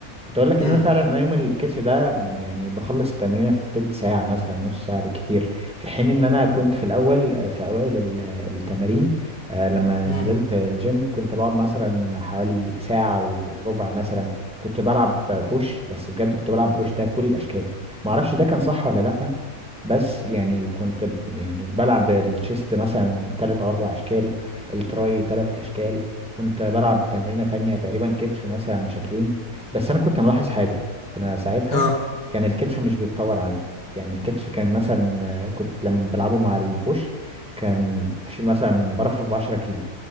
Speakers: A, in the centre; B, on the left.
A: كنت اقول لك
B: امم
A: ان انا فعلا انا يوم الكتف ده يعني بخلص التمرين في تلت ساعه مثلا نص ساعه بالكتير في حين ان انا كنت في الاول آه، في اوائل ال- التمارين آه، لما
B: امم
A: نزلت الجيم كنت بقعد مثلا حوالي ساعه وربع مثلا كنت بلعب بوش بس بجد كنت بلعب بوش ده كل الاشكال ما اعرفش ده كان صح ولا لا بس يعني كنت ب- يعني بلعب الشيست مثلا تلات او اربع اشكال التراي تلات اشكال كنت بلعب تمرينة تانية تقريبا كتف مثلا شكلين بس أنا كنت ملاحظ حاجة أنا ساعتها
B: اه
A: كان الكتف مش بيتطور عندي يعني الكتف كان مثلا آه، كنت لما بلعبه مع البوش كان بشيل مثلا برفرف ب 10 كيلو